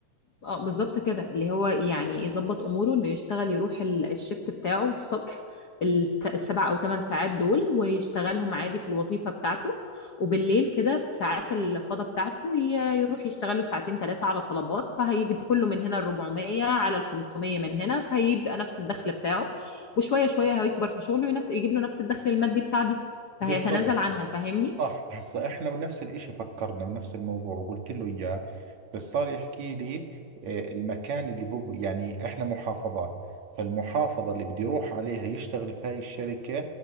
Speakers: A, on the left; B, on the right.
A: اه بالظبط كده اللي هو يعني يظبط اموره انه يشتغل يروح ال- الشيفت بتاعه الصبح الت- السبع او ثمان ساعات دول ويشتغلهم عادي في الوظيفه بتاعته وبالليل كده في ساعات الفضاء بتاعته ي- يروح يشتغل له ساعتين ثلاثه على طلبات فهيدخل له من هنا ال 400 على ال 500 من هنا فهيبقى نفس الدخل بتاعه وشويه شويه هيكبر في شغله ينف- يجيب له نفس الدخل المادي بتاع دي
B: بالضبط
A: فهيتنازل عنها فاهمني
B: صح هسا احنا بنفس الاشي فكرنا بنفس الموضوع وقلت له اياه بس صار يحكي لي آه، المكان اللي هو يعني احنا محافظات فالمحافظة اللي بده يروح عليها يشتغل في هاي الشركة